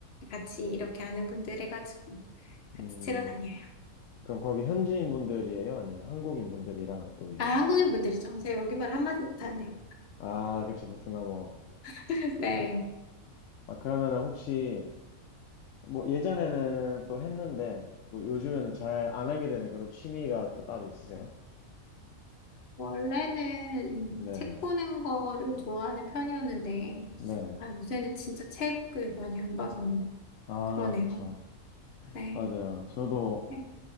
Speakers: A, on the left (about 50°); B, on the left (about 70°).
A: 같이 이렇게 하는 분들 해가지고, 같이
B: 음.
A: 치러 다녀요.
B: 그럼 거기 현지인 분들이에요? 아니면 한국인 분들이랑 또 이제
A: 아, 한국인 분들이죠. 제가 여기만 한마디 못하는데.
B: 아 그쵸 베트남어
A: <laughs> 네.
B: 맞아 아 그러면은 혹시 뭐 예전에는 또 했는데 뭐 요즘에는 잘 안 하게 되는 그런 취미가 또 따로 있으세요?
A: 원래는
B: 네네
A: 책 보는 거를 좋아하는 편이었는데,
B: 네네
A: 아, 요새는 진짜 책을 많이 안 봐서
B: 아
A: 그러네요.
B: 그쵸
A: 네.
B: 맞아요 저도
A: 네.